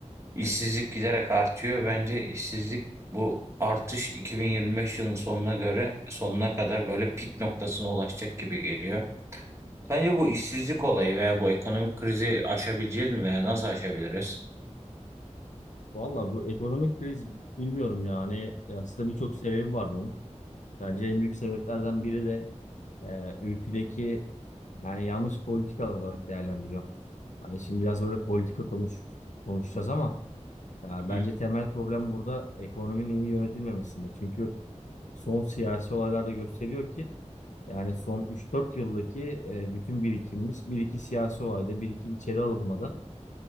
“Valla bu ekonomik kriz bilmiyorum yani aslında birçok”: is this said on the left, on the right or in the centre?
Left